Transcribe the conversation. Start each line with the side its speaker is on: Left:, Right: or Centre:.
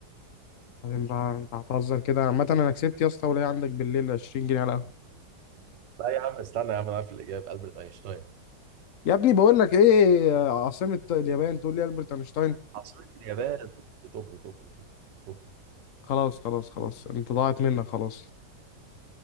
Left: بعدين بقى انت هتهزر كده عامة انا كسبت يا اسطى ولا عندك بالليل 20 جنيه على القهوة
Right: لا يا عم استنى يا عم أنا عارف الإجابة ألبرت أينشتاين
Left: يا ابني بقول لك ايه عاصمة اليابان تقول لي ألبرت اينشتاين
Right: عاصمة اليابان طوكيو طوكيو طوكيو طوكيو
Left: خلاص خلاص خلاص انت ضاعت منك خلاص